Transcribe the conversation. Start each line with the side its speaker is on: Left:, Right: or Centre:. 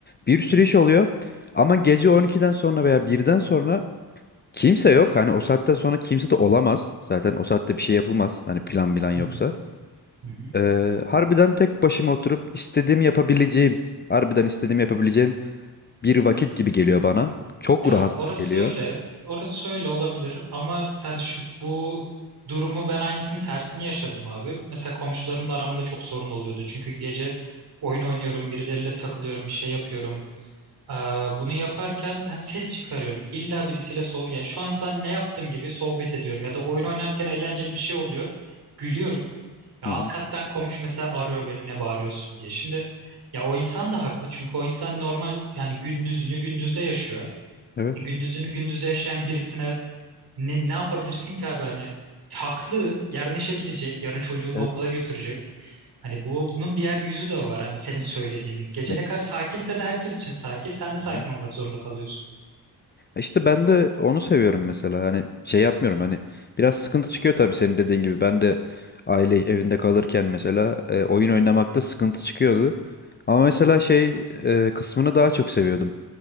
Left: Bir sürü iş oluyor. Ama gece 12'den sonra veya bir'den sonra Kimse yok. Hani o saatten sonra kimse de olamaz. Zaten o saatte bir şey yapılmaz. Hani plan bilen yoksa.
Right: Hı hı. Hı hı.
Left: Ee, harbiden tek başıma oturup istediğimi yapabileceğim, harbiden istediğimi yapabileceğim bir vakit gibi geliyor bana. Çok
Right: Ya
Left: rahat
Right: orası
Left: geliyor.
Right: öyle, orası öyle olabilir ama yani şu bu durumu ben aynısının tersini yaşadım abi. Mesela komşularımla aramda çok sorun oluyordu. Çünkü gece oyun oynuyorum, birileriyle takılıyorum, bir şey yapıyorum. Ee, bunu yaparken hani ses çıkarıyorum. İlla birisiyle so yani şu an sen ne yaptığım gibi sohbet ediyorum ya da oyun oynarken eğlenceli bir şey oluyor. Gülüyorum. Ya
Left: Hı
Right: alt
Left: hı.
Right: kattan komşu mesela arıyor beni ne bağırıyorsun diye. Şimdi ya o insan da haklı çünkü o insan normal yani gündüzünü gündüzde yaşıyor.
Left: Evet,
Right: E, gündüzünü gündüzde yaşayan birisine ne, ne yapabilirsin ki abi hani haklı yarın işe gidecek yarın çocuğunu
Left: evet.
Right: okula götürecek hani bunun diğer yüzü de var hani senin söylediğini gece
Left: Evet.
Right: ne kadar sakinse de herkes için sakin sen de sakin
Left: Hı hı.
Right: olmak zorunda kalıyorsun.
Left: E İşte ben de onu seviyorum mesela. Hani şey yapmıyorum hani biraz sıkıntı çıkıyor tabii senin dediğin gibi. Ben de aile evinde kalırken mesela e, oyun oynamakta sıkıntı çıkıyordu. Ama mesela şey e, kısmını daha çok seviyordum.